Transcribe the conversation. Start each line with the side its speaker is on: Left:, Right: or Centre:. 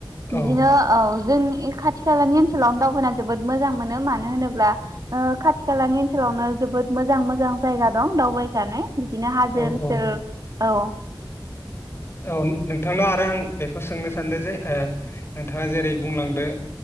Right: बिदिनो
Left: औ
Right: औ जों खाथि - खालानि ओनसोलावनो दावबायना जोबोद मोजां मोनो मानो होनोब्ला ओ खाथि- खालानि ओनसोलावनो जोबोद मोजां मोजां जायगा दं दावबाय जानाय बिदिनो हाजो
Left: औ औ
Right: सेर औ
Left: औ नोंथांनाव आरो आं बेखौ सोंनो सानदों जे ओ नोंथाङा जेरै बुंलांदो